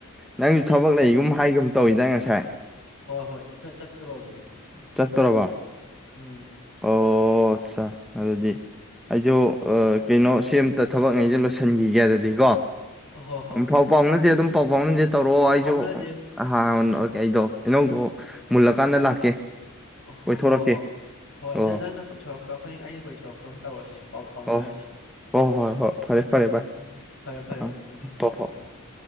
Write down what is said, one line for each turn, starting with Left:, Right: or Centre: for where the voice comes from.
Centre: ꯅꯪꯁꯨ ꯊꯕꯛ ꯂꯩꯒꯨꯝ
Left: ꯑꯩ
Centre: ꯍꯥꯏꯒꯨꯝ ꯇꯧꯋꯤꯗ ꯉꯁꯥꯏ
Left: ꯍꯣꯏ ꯍꯣꯏ ꯆꯠꯇꯣꯔꯕꯅꯦ
Centre: ꯆꯠꯇ꯭ꯔꯔꯕ
Left: ꯎꯝ
Centre: ꯑꯣ ꯑꯆꯥ ꯑꯗꯨꯗꯤ ꯑꯩꯁꯨ ꯀꯩꯅꯣ ꯁꯦꯝꯇ ꯊꯕꯛꯉꯩꯁꯦ ꯂꯣꯏꯁꯤꯟꯈꯤꯒꯦ ꯑꯗꯨꯗꯤ ꯀꯣ
Left: ꯍꯣꯏ ꯍꯣꯏ
Centre: ꯎꯝ
Left: ꯍꯣꯏ
Centre: ꯐꯥꯎ ꯐꯥꯎꯅꯁꯦ ꯑꯗꯨꯝ ꯄꯕꯅꯤ ꯇꯧꯔꯛꯑꯣ
Left: ꯄꯥꯎ
Centre: ꯑꯩꯁꯨꯀꯦ
Left: ꯐꯥꯎꯅꯁꯦ
Centre: ꯑꯩꯗꯣ ꯑꯩꯅꯧꯗꯣ ꯃꯨꯜꯂꯀꯥꯟꯗ ꯂꯥꯛꯀꯦ
Left: ꯍꯣꯏ
Centre: ꯀꯣꯏꯊꯣꯔꯛꯀꯦ
Left: ꯍꯣꯏ ꯍꯣꯏ ꯍꯣꯏ
Centre: ꯑꯣ
Left: ꯅ ꯅꯪꯅ ꯀꯣꯏꯊꯣꯔꯛꯄ꯭ꯔꯥ ꯑꯩꯈꯣꯏ ꯑꯩꯅ ꯀꯣꯏꯊꯣꯔꯛꯄ꯭ꯔ ꯑꯃ ꯇꯧꯔꯁꯤ ꯄꯥꯎ ꯐꯥꯎꯅꯔꯁꯤ
Centre: ꯑꯣ ꯍꯣꯏ ꯍꯣꯏ ꯍꯣꯏ ꯐꯔꯦ ꯐꯔꯦ ꯚꯥꯏ
Left: ꯎꯝ ꯎꯝ ꯐꯔꯦ ꯐꯔꯦ
Centre: ꯑꯥ
Left: ꯚ ꯎꯝ
Centre: ꯍꯣꯏ ꯍꯣꯏ
Left: ꯎꯝ